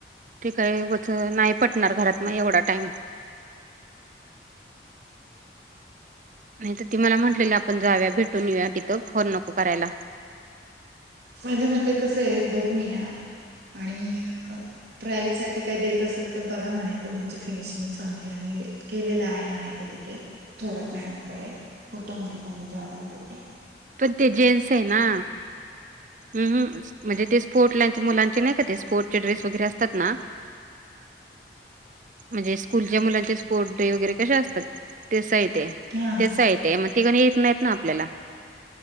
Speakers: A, on the right (about 45°); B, on the right (about 70°).
A: ते काही व नाही पटणार घरात मग एवढा टाइम नाही तर ती मला म्हटलेली आपण जाऊया भेटून येऊया तिथं फोन नको करायला
B: माझ्या मते कस आहे बघून या आणि ट्रायल साठी काय देत असेल तर बघा म्हणायचं आमची फिनिशिंग चांगली आम्ही किले ल आहे मण क तिटे थोरात मॅडमकडे होत म्हणातो मी जॉबला देते
A: पण ते जेन्स आहे ना म्हणजे ते स्पोर्ट लाचे मुलांचे नाही का ते स्पोर्टचे ड्रेस वगैरे असतात ना म्हणजे स्कूलच्या मुलांचे स्पोर्ट डे वगैरे कशा असतात ते अस येते
B: हा हा
A: त्याच येत मग तिकणी येत नाहीत ना आपल्याला